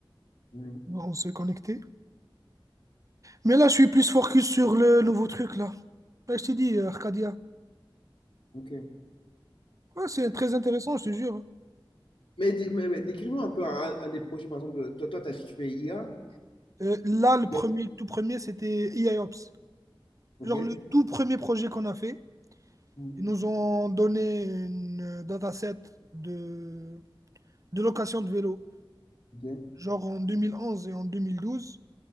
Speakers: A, on the left; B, on the right.
A: mhm,
B: on s'est connecté. Mais là, je suis plus focus sur le nouveau truc, là. Ouais, je t'ai dit, euh, Arcadia.
A: ok.
B: Ouais, c'est très intéressant, je te jure.
A: Mais, dé- mais- mais décris-moi un peu un, un des projets, par exemple, toi, toi, t'as dit que tu fais IA.
B: Euh, là, le
A: IA,
B: premier, le tout premier, c'était E I Ops.
A: ok.
B: Genre le tout premier projet qu'on a fait,
A: Mhm,
B: ils nous ont donné une euh, dataset de, de location de vélo,
A: ok.
B: genre en 2011 et en 2012,